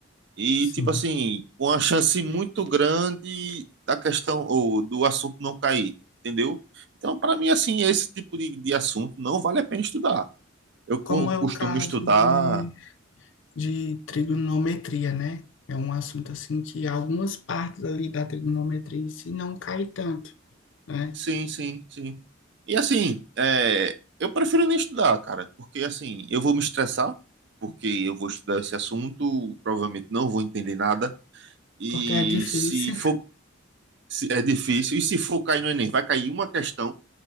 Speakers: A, on the right; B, on the left.
A: E,
B: Sim.
A: tipo assim, com uma chance muito grande da questão ou do assunto não cair, entendeu? Então, para mim, assim, esse tipo de, de assunto não vale a pena estudar. Eu co-
B: Como é
A: costumo
B: o caso
A: estudar.
B: de, de trigonometria, né? É um assunto assim que algumas partes ali da trigonometria em si não cai tanto. né?
A: Sim, sim, sim. E, assim, é, eu prefiro nem estudar, cara, porque, assim, eu vou me estressar, porque eu vou estudar esse assunto, provavelmente não vou entender nada. E
B: Porque é difícil,
A: se for, se é difícil, e se for cair no Enem, vai cair uma questão.